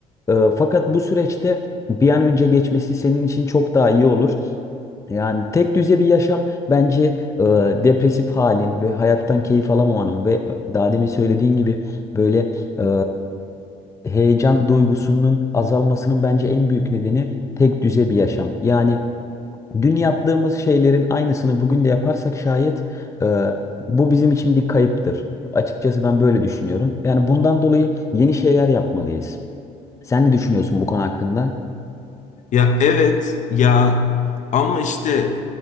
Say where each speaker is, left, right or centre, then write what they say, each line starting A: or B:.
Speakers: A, on the left; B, on the left.
A: Ee, fakat bu süreçte bir an önce geçmesi senin için çok daha iyi olur. Yani tek düze bir yaşam bence e, depresif halin ve hayattan keyif alamamanın ve e, daha demin söylediğin gibi böyle e, heyecan duygusunun azalmasının bence en büyük nedeni tek düze bir yaşam. Yani dün yaptığımız şeylerin aynısını bugün de yaparsak şayet e, bu bizim için bir kayıptır. Açıkçası ben böyle düşünüyorum. Yani bundan dolayı yeni şeyler yapmalıyız. Sen ne düşünüyorsun bu konu hakkında?
B: Ya evet ya ama işte